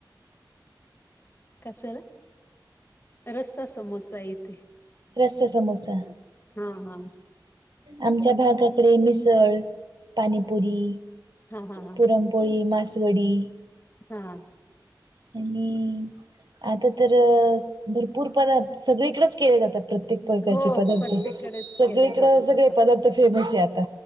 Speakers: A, on the left (about 30°); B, on the right (about 65°).
A: कसला, रसा समोसा आहे इथे.
B: रसा, समोसा,
A: हा हा
B: आमच्या
A: हम्म.
B: भागात कडे मिसळ, पानीपुरी,
A: हा हा हा
B: पुरणपोळी, मासवडी.
A: हा.
B: आणि आता तर भरपूर पदार्थ सगळीकडेच केले जातात प्रत्येक प्रत्येक प्रकारचे
A: हो
B: पदार्थ,
A: प्रत्येककडेच
B: सगळीकड
A: केले जातात
B: सगळे
A: आता
B: पदार्थ फेमस आहे आता.